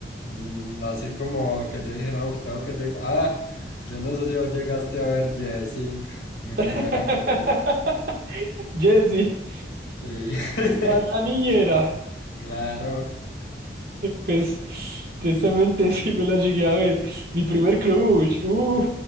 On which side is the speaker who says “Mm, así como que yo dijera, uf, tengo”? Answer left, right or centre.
Left